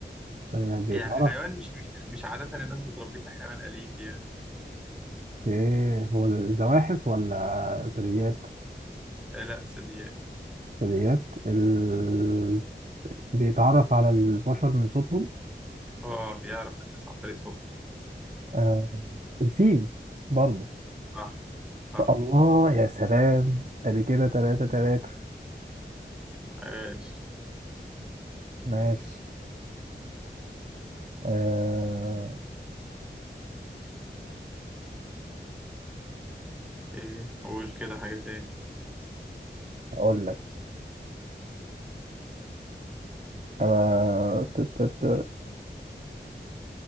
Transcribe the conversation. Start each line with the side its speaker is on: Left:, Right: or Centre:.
Right: آه، بيتعرف
Centre: يعني حيوان مش مش مش عادة الناس بتربيه كحيوان أليف يعني
Right: ايه هو الزواحف ولا ثدييات
Centre: آه، لا ثدييات
Right: ثدييات ال... بيتعرف على البشر من صوتهم
Centre: اه بيعرف الناس عن طريق صوتها
Right: آه الفيل برضه
Centre: صح صح
Right: الله يا سلام ادي كده تلاتة تلاتة
Centre: عاش
Right: ماشي آه
Centre: ايه قول كده حاجة تاني
Right: اقول لك آه ت- ت- ت-